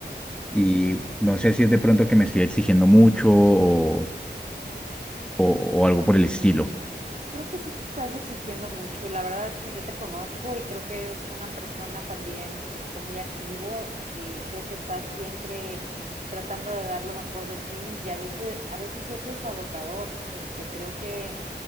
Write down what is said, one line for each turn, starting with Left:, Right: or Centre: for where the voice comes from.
Right: ujú.
Centre: y no sé si es de pronto que me estoy exigiendo mucho o, o o algo por el estilo.
Right: Creo que sí te estás exigiendo mucho y la verdad es que yo te conozco y creo que eres una persona también este, muy activo y creo que estás siempre tratando de dar lo mejor de ti y a veces, a veces eso es agotador. Este, creo que